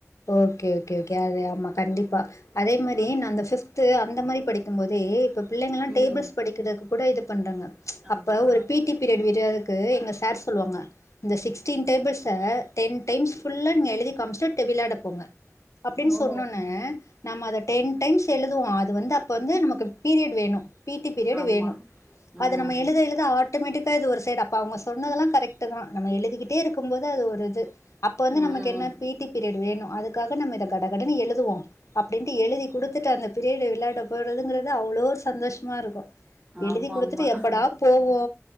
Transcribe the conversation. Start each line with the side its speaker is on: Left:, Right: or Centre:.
Left: ஓகே ஓகே ஓகே அது ஆமா கண்டிப்பா அதே மாறி நா அந்த பபிப்து அந்த மாறி படிக்கு போதே இப்ப பிள்ளைங்கலா‌
Right: ம்.
Left: டேபிள்ஸ் படிக்கிறதுக்கு கூட இது பண்றாங்க
Right: ஆமா.
Left: அப்ப ஒரு பிட்டி பீரியட்டு விடுறதுக்கு எங்க சார் சொல்லுவாங்க இந்த சிக்ஸ்டீன் டேபிள்ஸ்சா டென் டைம்ஸ் புல்லா நீங்க எழுதி காம்ச்சுடு டூ விளையாட போங்க அப்டின்னு
Right: ஓ
Left: சொன்னோன்ன நம்ம அத டென் டைம்ஸ் எழுதுவோ அது‌ வந்து அப்ப வந்து நமக்கு பீரியட் வேணு பிட்டி பீரியட்
Right: ஆமா
Left: வேணு
Right: ம்
Left: அத நம்ம எழுத எழுத ஆட் ட்டோமேட்டிக்கா இது ஒரு சைடு அப்போ அவுங்க சொன்னது எல்லா கரெக்ட்டு தா நம்ம எழுதிக்கிட்டே இருக்கு போது அது ஒரு இது அப்ப வந்து
Right: ம்
Left: நமக்கு என்ன பிடி பீரியட் வேணு அதுக்காக நம்ம இத கடகடனு எழுதுவோ அப்புடின்ட்டு எழுதி கொடுத்துட்டு அந்த பீரியடு விளையாட போறதுங்கறது அவ்ளோ சந்தோஷமா இருக்கு
Right: ஆமாமா
Left: எழுதி கொடுத்துட்டு எப்படா போவோ